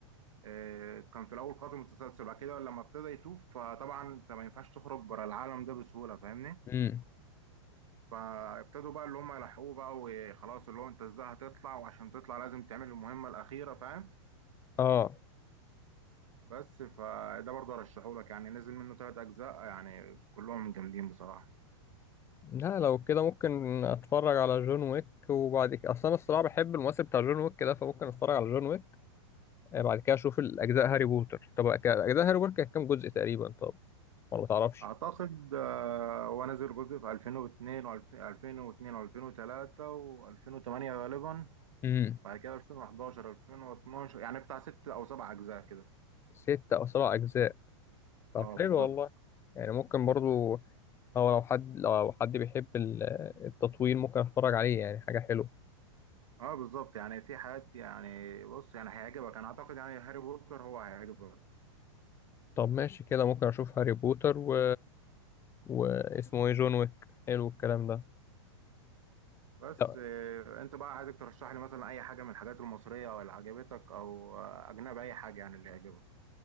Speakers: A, on the right; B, on the left.
A: آه، كان في الاول قاتل متسلسل بعد كده لما ابتدى يتوب فطبعا انت ما ينفعش تخرج بره العالم ده بسهوله فاهمني
B: امم
A: فابتدوا بقى اللي هم يلحقوه بقى وخلاص اللي هو انت ازاي هتطلع وعشان تطلع لازم تعمل المهمه الاخيره فاهم
B: اه
A: بس فده برضه ارشحه لك يعني نزل منه ثلاث اجزاء يعني كلهم جامدين بصراحه
B: لا لو كده ممكن اتفرج على جون ويك وبعد كده اصل انا الصراحة بحب الممثل بتاع جون ويك ده فممكن اتفرج على جون ويك آه، بعد كده اشوف الاجزاء هاري بوتر طب ك- اجزاء هاري بوتر كانت كام جزء تقريبا طب ولا تعرفش
A: اعتقد آه، هو نزل جزء في 2002 و2002 و2003 و2008 غالبا
B: امم
A: بعد كده 2011 2012 يعني بتاع ست او سبع اجزاء كده
B: ستة أو سبع أجزاء طب
A: اه
B: حلو
A: بالظبط
B: والله يعني ممكن برضو أو لو حد لو حد بيحب ال- التطويل ممكن أتفرج عليه يعني حاجة حلوة
A: اه بالظبط يعني في حاجات يعني بص يعني هيعجبك انا اعتقد يعني هاري بوتر هو هيعجبك
B: طب ماشي كده ممكن أشوف هاري بوتر و... واسمه إيه جون ويك حلو الكلام ده
A: بس
B: طب
A: آه، انت بقى عايزك ترشح لي مثلا اي حاجه من الحاجات المصريه او اللي عجبتك او آه، اجنبي اي حاجه يعني اللي يعجبك